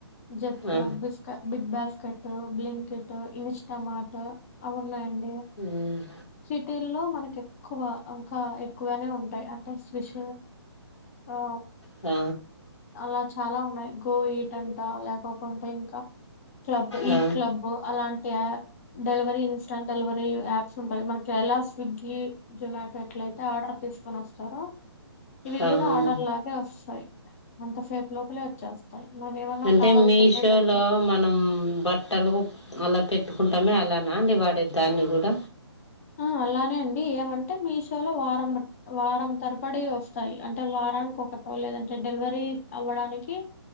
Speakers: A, on the left; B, on the left.
A: జప్టో,
B: ఆ,
A: బిస్క బిగ్ బాస్కెట్, బ్లింకెట్, ఇన్స్టామార్ట్ అవున్నాం
B: ఉమ్
A: సిటీల్లో మనకెక్కువ ఇంకా ఎక్కువనే ఉంటాయి అంటే స్విష్ ఆ
B: ఆ
A: అలా చాలా ఉన్నాయి. గో ఈట్ అంట లేకకుంటే ఇంకా క్లబ్ ఈ
B: ఆ,
A: క్లబ్ అలాం టి డెలివరీ, ఇన్స్టాంట్ డెలివరీ యాప్స్ ఉంటాయి. మనకి ఎలా స్విగ్గి, జొమాటో ఎట్లా అయితే ఆర్డర్ తీస్కొన్ వస్తారో ఇవి
B: అవును
A: గుడా ఆర్డర్ లాగే వస్తాయి. గంటసేపు లోపలే వచ్చేస్తాయి. మనం ఏమన్నా
B: అంటే
A: కావాల్సిందే
B: మీషోలో
A: పెట్టుకోవచ్చు
B: మనం బట్టలు అలా పెట్టుకుంటామే అలానా అండి వాడేది దాన్ని గుడ
A: అ అలానే అండి ఏమంటే మీ షోలో వారం వారం తరపడి వస్తాయి. అంటే వారానికి ఒక లేదంటే డెలివరీ అవ్వడానికి